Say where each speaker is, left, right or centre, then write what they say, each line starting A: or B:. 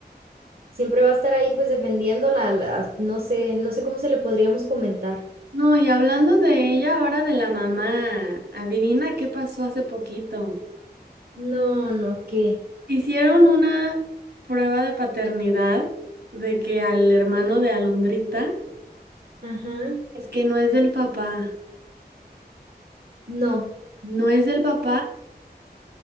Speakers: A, on the right; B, on the right.
A: Siempre va a estar ahí, pues, defendiéndola, la no sé no sé cómo se le podríamos comentar.
B: No, y hablando de ella, ahora de la mamá, adivina qué pasó hace poquito.
A: No, no, ¿qué?
B: Hicieron una prueba de paternidad de que al hermano de Alondrita
A: Ajá.
B: es que no es del papá,
A: No.
B: no es del papá,